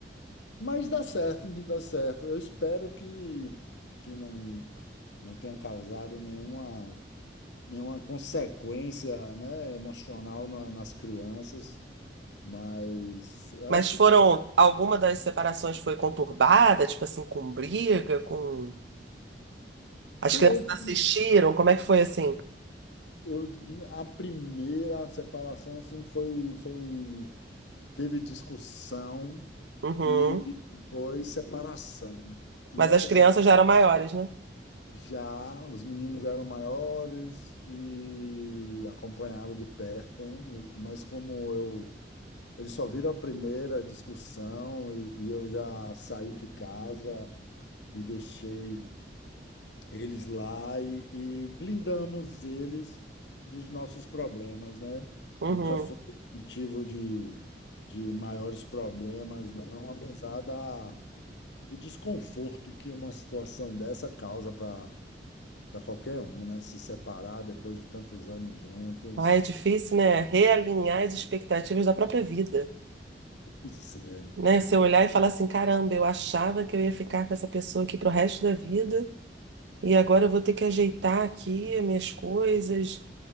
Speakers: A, on the left (about 75°); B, on the right (about 70°).
A: Mas dá certo, <laughs> dá certo. Eu espero que, que não, não tenha causado nenhuma, nenhuma consequência, né, emocional na- nas crianças. Mas
B: Mas
A: acho
B: foram,
A: que
B: alguma das separações foi conturbada, tipo assim, com briga, com... As
A: teve.
B: crianças assistiram, como é que foi assim?
A: Eu, a primeira separação assim, foi, foi, teve discussão
B: Uhum.
A: e foi separação. E
B: Mas
A: essa
B: as crianças
A: se-
B: já eram maiores, né?
A: já, os meninos já eram maiores e acompanhavam de perto, mas como eu. Eles só viram a primeira discussão e, e eu já saí de casa e deixei. eles lá e, e blindamos eles dos nossos problemas, né?
B: Uhum.
A: Nunca foi motivo de, de maiores problemas, não, apesar da, do desconforto que uma situação dessa causa para para qualquer um, né? Se separar depois de tantos anos juntos.
B: Ai, é difícil, né? Realinhar as expectativas da própria vida,
A: Pois é,
B: né?
A: então,
B: Você olhar e falar assim, caramba, eu achava que eu ia ficar com essa pessoa aqui pro resto da vida, e agora eu vou ter que ajeitar aqui as minhas coisas.